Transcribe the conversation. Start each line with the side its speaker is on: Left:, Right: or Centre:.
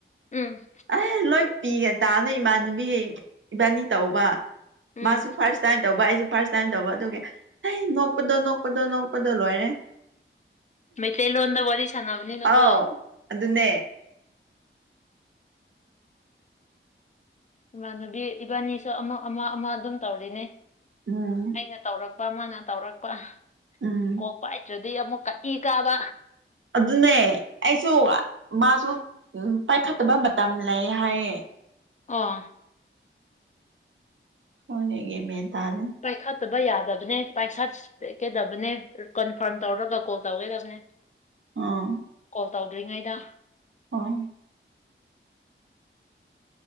Left: ꯎꯝ
Right: ꯑꯦꯍ ꯂꯣꯏ ꯄꯤꯒꯦ ꯇꯥꯞꯅꯤ ꯏꯃꯥꯟꯅꯕꯤꯒꯩ ꯏꯕꯥꯅꯤ ꯇꯧꯕ
Left: ꯎꯝ
Right: ꯃꯥꯁꯨ ꯐꯥꯔꯁ ꯇꯥꯏꯝ ꯇꯧꯕ ꯑꯩꯁꯨ ꯐꯥꯔꯁ ꯇꯥꯏꯝ ꯇꯧꯕ ꯑꯗꯨꯒꯤ ꯍꯩ ꯅꯣꯛꯄꯗꯣ ꯅꯣꯛꯄꯗꯣ ꯅꯣꯛꯄꯗꯣ ꯂꯣꯏꯔꯦ
Left: ꯃꯩꯇꯩꯂꯣꯟꯗ ꯋꯥꯔꯤ ꯁꯥꯟꯅꯕꯅꯤꯅꯀꯣ
Right: ꯑꯥꯎ ꯑꯗꯨꯅꯦ
Left: ꯏꯃꯥꯟꯅꯕꯤ ꯏꯕꯥꯅꯤꯁꯨ ꯑꯃ ꯑꯃ ꯑꯃ ꯑꯗꯨꯝ ꯇꯧꯔꯤꯅꯦ
Right: ꯎꯝ
Left: ꯑꯩꯅ ꯇꯧꯔꯛꯄ ꯑꯃꯅ ꯇꯧꯔꯛꯄ
Right: ꯎꯝ
Left: ꯀꯣꯛ ꯄꯥꯏꯗ꯭ꯔꯗꯤ ꯑꯃꯨꯛ ꯀꯛ ꯏ ꯀꯥꯕ
Right: ꯑꯗꯨꯅꯦ ꯑꯩꯁꯨ ꯃꯥꯁꯨ ꯄꯥꯏꯈꯠꯇꯕ ꯃꯇꯝ ꯂꯩ ꯍꯥꯢꯌꯦ
Left: ꯑꯣ
Right: ꯍꯣꯅꯦꯒꯤ ꯃꯦꯟ ꯇꯥꯗꯦ
Left: ꯄꯥꯏꯈꯠꯇꯕ ꯌꯥꯗꯕꯅꯦ ꯄꯥꯏꯈꯠꯀꯦꯗꯕꯅꯦ ꯀꯟꯐꯥꯔꯝ ꯇꯧꯔꯒ ꯀꯣꯜ ꯇꯧꯒꯗꯕꯅꯦ <unintelligible>
Right: ꯑꯣ
Left: ꯀꯣꯜ ꯇꯧꯗ꯭ꯔꯤꯉꯩꯗ
Right: ꯑꯣ